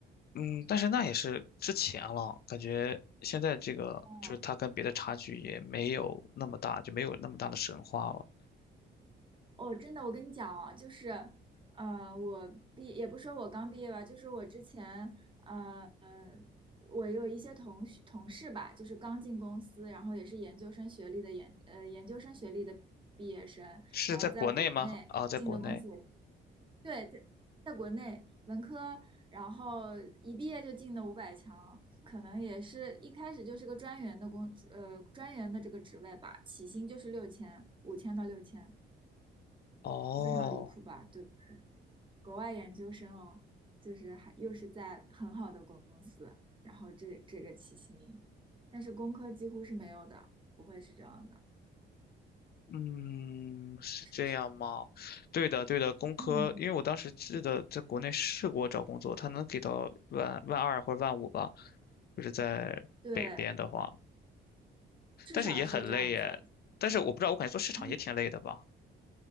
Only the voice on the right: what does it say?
哦
哦，真的，我跟你讲哦，就是，呃，我毕也不说我刚毕业吧，就是我之前，呃，我有一些同学同事吧，就是刚进公司，然后也是研究生学历的研，呃，研究生学历的毕业生，
然后在国内进的公司也，
对，在在国内文科，然后一毕业就进的五百强，可能也是一开始就是个专员的工，呃，专员的这个职位吧，起薪就是六千，五千到六千。
非常离谱吧？就国外研究生哦，就是还又是在很好的公司，然后这这个起薪，但是工科几乎是没有的，不会是这样的，
是不是？
嗯，
对，至少是这样子。
嗯